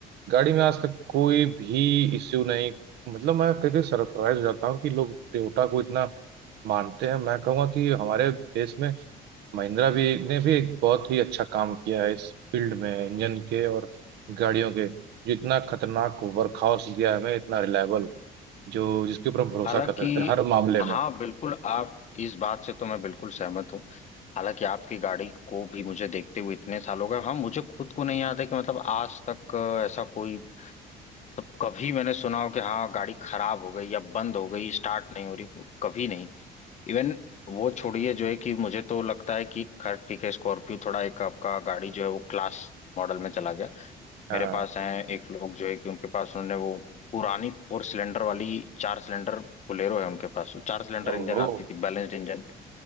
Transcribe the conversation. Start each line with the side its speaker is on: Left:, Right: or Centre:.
Right: गाड़ी में आज तक कोई भी इश्यू नहीं मतलब मैं कभी सरप्राइज हो जाता हूँ कि लोग टोयोटा को इतना मानते हैं मैं कहूँगा कि हमारे देश में महिंद्रा भी ने भी एक बहुत ही अच्छा काम किया है इस फील्ड में इंजन के और गाड़ियों के जितना खतरनाक वर्कहॉर्स दिया है हमें इतना रिलायबल जो जिसके ऊपर हम भरोसा
Left: हालांकि
Right: कर सकते हैं हर मामले
Left: हाँ
Right: में
Left: बिल्कुल आप इस बात से तो मैं बिल्कुल सहमत हूँ हालांकि आपकी गाड़ी को भी मुझे देखते हुए इतने साल हो गए हाँ मुझे खुद को नहीं याद है कि मतलब आज तक अ, ऐसा कोई तब कभी मैंने सुना हो कि हाँ गाड़ी खराब हो गई या बंद हो गई स्टार्ट नहीं हो रही वो कभी नहीं इवन वो छोड़िए जो है कि मुझे तो लगता है कि खैर ठीक है स्कॉर्पियो थोड़ा एक आपका गाड़ी जो है वो क्लास मॉडल में चला गया
Right: हाँ
Left: मेरे पास हैं एक लोग जो है कि उनके पास उन्होंने वो पुरानी फोर सिलेंडर वाली चार सिलेंडर बोलेरो है उनके पास वो चार सिलेंडर
Right: ओहो
Left: इंजन आती थी बैलेंस्ड इंजन